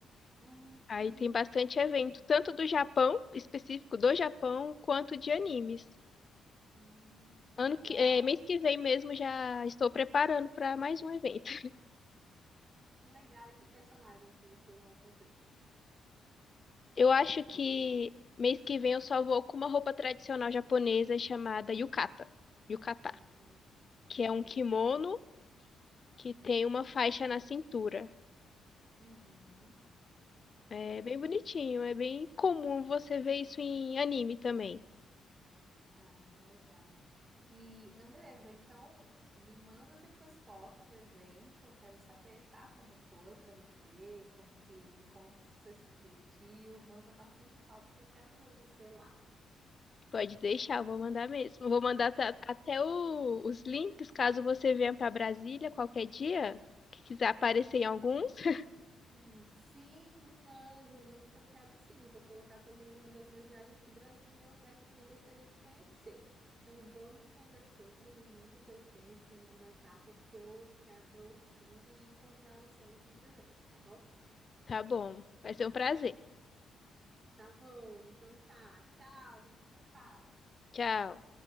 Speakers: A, on the right (about 30°); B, on the left (about 35°).
A: Ah,
B: Aí
A: hum,
B: tem bastante evento, tanto do Japão, específico do Japão, quanto de animes.
A: hum, que
B: Ano
A: legal,
B: que, é, mês que vem mesmo já estou preparando para mais um evento.
A: que legal. E que personagem que você vai fazer?
B: Eu acho que mês que vem eu só vou com uma roupa tradicional japonesa chamada yukata, yukata,
A: Hum,
B: que
A: hum,
B: é um kimono
A: tá.
B: que tem uma faixa na cintura.
A: Uhum, sim,
B: É bem
A: sim.
B: bonitinho, é bem comum você ver isso em anime também.
A: Ah, legal. E Andresa, então me manda depois foto do evento, eu quero saber, tá? Como foi pra você, como que me conta se você se divertiu, manda bastante foto que eu quero ver você lá.
B: Pode deixar, eu vou mandar mesmo. Eu Vou mandar ta- até o- os links caso você venha para Brasília qualquer dia, que quiser aparecer em alguns.
A: Sim,
B: <laughs>
A: sim, me mande, me mande que eu quero sim. Eu Vou colocar também numa das minhas viagens que Brasília é um lugar que eu também gostaria de conhecer. Então vamos conversando e me manda os eventos, me manda as datas que eu quero ir e encontrar você nesses eventos, tá bom?
B: Tá bom, vai ser um prazer.
A: Tá bom, então tá. Tchau, a gente se fala.
B: Tchau.